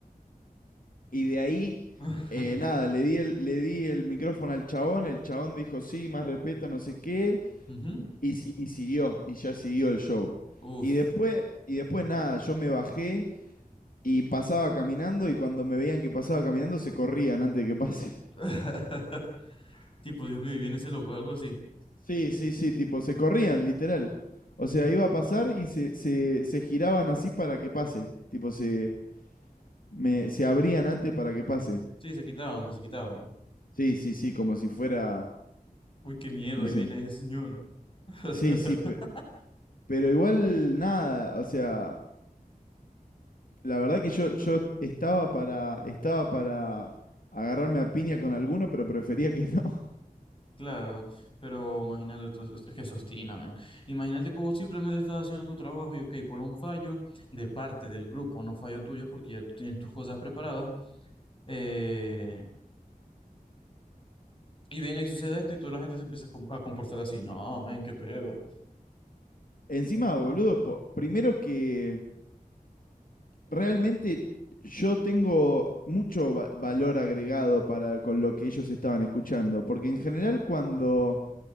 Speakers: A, on the left; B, on the left.
A: Y de ahí,
B: <laughs>
A: eh, nada, le di el, le di el micrófono al chabón, el chabón dijo sí, más respeto, no sé qué,
B: Ujú.
A: y, si- y siguió, y ya siguió el show.
B: Uf.
A: Y después, y después nada, yo me bajé, y pasaba caminando y cuando me veían que pasaba caminando se corrían antes de que pase.
B: <laughs> Tipo, Dios mío, y viene ese loco, algo así.
A: Sí, sí, sí, tipo, se corrían, literal. O sea, iba a pasar y se, se, se giraban así para que pase. Tipo, se, me, se abrían antes para que pase.
B: Sí, se quitaban, pues se quitaban.
A: Sí, sí, sí, como si fuera,
B: Uy, qué miedo,
A: no
B: ahí
A: sé.
B: viene ese señor. <laughs>
A: Sí, sí, pe- pero igual nada, o sea, la verdad que yo, yo estaba para, estaba para agarrarme a piña con alguno, pero prefería que no.
B: Claro, pero imagínate, tú- es que sostina, men. Imagínate que vos simplemente estás haciendo tu trabajo y, ok, por un fallo de parte del grupo, no fallo tuyo, porque ya tú tienes tus cosas preparadas, eh, Y venga, y sucede
A: <laughs>
B: esto
A: Sí.
B: y toda la gente se empieza a com- a comportar así. No, men, qué pedo.
A: Encima, boludo, po- primero que... realmente yo tengo mucho va- valor agregado para con lo que ellos estaban escuchando, porque en general cuando